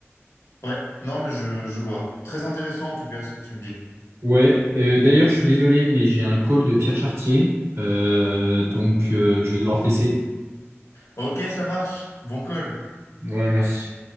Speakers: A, on the left; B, on the right.
A: Ouais, non mais je je vois. Très intéressant en tout cas ce que tu me dis.
B: Ouais, euh, d'ailleurs, je suis désolé, mais j'ai un call de Pierre Chartier, euh, donc euh, je vais devoir te laisser.
A: Ok, ça marche. Bon call.
B: Ouais, merci.